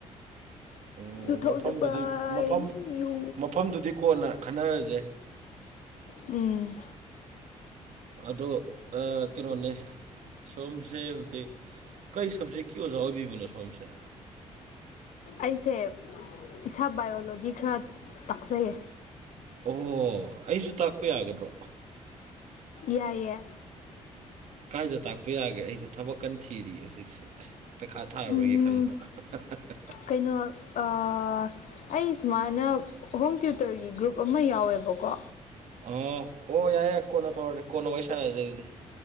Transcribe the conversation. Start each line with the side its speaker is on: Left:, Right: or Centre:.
Right: ꯎꯝ
Left: ꯌꯨ ꯊꯛꯎꯁꯦ
Right: ꯃꯐꯝꯗꯨꯗꯤ
Left: ꯕꯥꯏ
Right: ꯃꯐꯝ
Left: ꯌꯨ
Right: ꯃꯐꯝꯗꯨꯗꯤ ꯀꯣꯟꯅ ꯈꯟꯅꯔꯁꯦ
Left: ꯎꯝ
Right: ꯑꯗꯣ ꯑ ꯀꯩꯅꯣꯅꯦ ꯁꯣꯝꯁꯦ ꯍꯧꯖꯤꯛ ꯀꯩ ꯁꯕꯖꯦꯛꯀꯤ ꯑꯣꯖꯥ ꯑꯣꯏꯕꯤꯕꯅꯣ ꯁꯣꯝꯁꯦ
Left: ꯑꯩꯁꯦ ꯏꯁꯥ ꯕꯥꯏꯑꯣꯂꯣꯖꯤ ꯈꯔ ꯇꯥꯛꯆꯩꯌꯦ
Right: ꯑꯣ ꯑꯩꯁꯨ ꯇꯥꯛꯄ ꯌꯥꯒꯗ꯭ꯔꯣ
Left: ꯌꯥꯏꯌꯦ
Right: ꯀꯥꯏꯗ ꯇꯥꯛꯄ ꯌꯥꯒꯦ ꯑꯩꯁꯦ ꯊꯕꯛ ꯀꯟꯅ ꯊꯤꯔꯤ ꯍꯧꯖꯤꯛꯁꯦ ꯑꯁ ꯄꯩꯈꯥ ꯊꯥꯔꯔꯣꯏꯒꯦ
Left: ꯎꯝ
Right: ꯈꯟꯕ <unintelligible>
Left: ꯀꯩꯅꯣ ꯑꯥ ꯑꯩ ꯁꯨꯃꯥꯏꯅ ꯍꯣꯝ ꯇ꯭ꯌꯨꯇꯔꯒꯤ ꯒ꯭ꯔꯨꯞ ꯑꯃ ꯌꯥꯎꯋꯦꯕꯀꯣ
Right: ꯑꯥ ꯑꯣ ꯌꯥꯏ ꯌꯥꯏ ꯀꯣꯟꯅ ꯇꯧꯔꯁꯦ ꯀꯣꯟꯅ ꯋꯥꯔꯤ ꯁꯥꯟꯅꯁꯦ ꯑꯗꯨꯗꯤ